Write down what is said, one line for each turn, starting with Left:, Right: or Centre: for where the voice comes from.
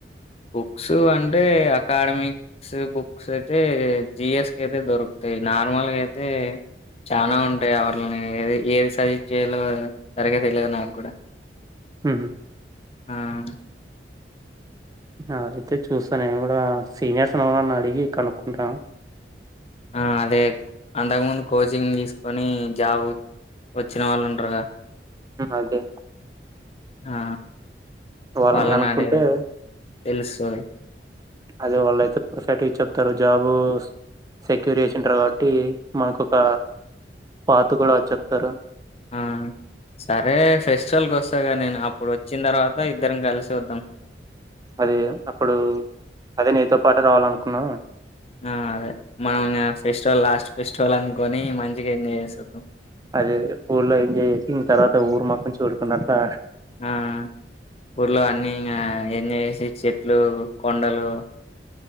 Left: బుక్స్ అంటే అకాడమి బుక్స్ బుక్స్ అయితే జిఎస్ కయితే దొరుకుత నార్మల్గా అయితే చానా ఉంటాయి ఆవర్ళని ఏ ఏది సరి చేయాలో సరిగా తెలియదు నాకు కూడా
Right: హుహు.
Left: అవును
Right: హ అయితే చూస్తా నేను కూడా సీనియర్స్ ఎవనన్నా అడిగి కనుక్కుంటాను
Left: ఆ అదే అంతకుముందు కోచింగ్ తీసుకొని జాబ్ వచ్చిన వాళ్ళుండ్రగా
Right: అదే
Left: ఆ
Right: వాళ్ళని
Left: వాళ్ళ
Right: కనుక్కుంటే
Left: నడిగే తెలుస్తది
Right: అదే వాళ్ళయితే పర్ఫెక్ట్ చెప్తారు జాబు సెక్యూర్ చేసింటారు కాబట్టి మనకు ఒక పాతుకు లా చెప్తారు
Left: ఆ సరే ఫెస్టివల్ కస్తాగా నేను అప్పుడు వచ్చిన తర్వాత ఇద్దరం కలిసి చూద్దాం
Right: అదే అప్పుడు అదే నీతో పాటె రావాలనుకున్నా
Left: ఆ అదే మనం ఇంగ ఫెస్టివల్ లాస్ట్ ఫెస్టివల్ అనుకోని మంచిగా ఎంజాయ్ చేసోద్దాం
Right: అదే ఊల్లో ఎంజాయ్ చేసి ఇ తర్వాత ఊరు మొత్తం చూడుకున్నట్ల
Left: ఆ ఊర్లో అన్ని ఇగా ఎంజాయ్ చేసి చెట్లు కొండలు